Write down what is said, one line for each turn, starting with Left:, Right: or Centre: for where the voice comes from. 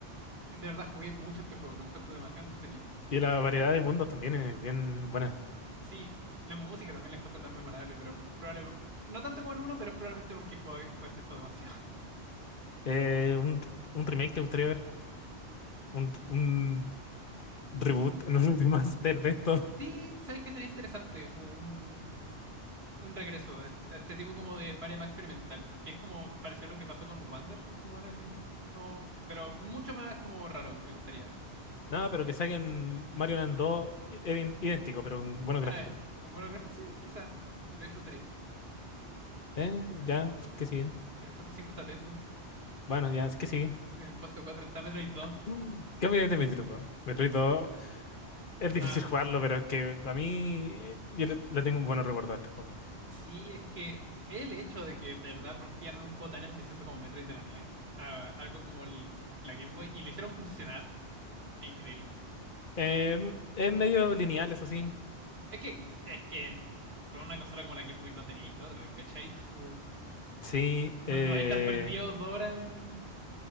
Right: de verdad jugué mucho este juego, lo encuentro demasiado entretenido.
Left: Y la variedad de mundos también es bien buena.
Right: Sí, la música también la encuentro tan memorable, pero probable, no tanto como el uno, pero es probablemente porque jugué, jugué este juego demasiado.
Left: Eh, un, un remake te gustaría ver, un, un reboot,
Right: <laughs> Como-
Left: <laughs> no, un remaster de esto.
Right: sí, sabes que sería interesante, como un un regreso a, a este tipo como de Mario Max experimental, que es como parecido a lo que pasó con Wander, como ahora en el... no, pero mucho más como raro, me gustaría.
Left: No, pero que saquen Mario Land 2 i- idén- idéntico, pero con buenos
Right: Ah,
Left: gráficos.
Right: con buenos gráficos, sí, quizás, lo disfrutaría.
Left: ¿Eh? Ya, ¿qué sigue?
Right: En el puesto 5 está Tetris,
Left: Bueno, ya, ¿qué sigue?
Right: en el puesto 4 está Metroid 2.
Left: Mm. ¿Qué opináis de Metroid 2? Metroid 2 es
Right: Ah,
Left: difícil <laughs> jugarlo, pero es que a mí eh, yo le, le tengo un buen recuerdo a este juego.
Right: sí, es que el hecho de que de verdad portearon un juego tan ambicioso como Metroid de la NES a algo como el- la Game Boy y lo hicieron funcionar, es increíble.
Left: Em, es medio lineal, eso sí.
Right: Es que, es que con una consola como la Game Boy no teníais de otra, ¿cachai? <laughs>
Left: Sí,
Right: No,
Left: eh,
Right: no, estar perdido dos horas en,